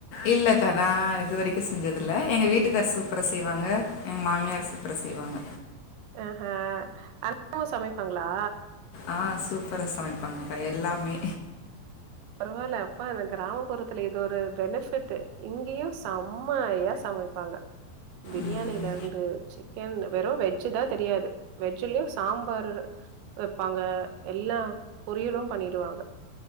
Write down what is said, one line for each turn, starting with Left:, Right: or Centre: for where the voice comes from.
Left: இல்ல அக்கா நா இது வரைக்கு செஞ்சதில்ல எங்க வீட்டுக்கார் சூப்பரா செய்வாங்க எங்க மாமியார் சூப்பரா செய்வாங்க
Right: அஹ்ஹ அண்ணனு சமைப்பாங்களா
Left: ஆஹ் சூப்பரா சமைப்பாங்கக்கா எல்லாமே
Right: பரவால்ல அப்பா அந்த கிராமப்புறத்துல இது ஒரு பெனிஃபிட் இங்கயு செம்மையா சமைப்பாங்க பிரியாணில
Left: ம்
Right: இருந்து சிக்கன் வெறு வெஜ்ஜுதா தெரியாது வெஜ்ஜுலயும் சாம்பார் வைப்பாங்க எல்லா பொரியலும் பண்ணிடுவாங்க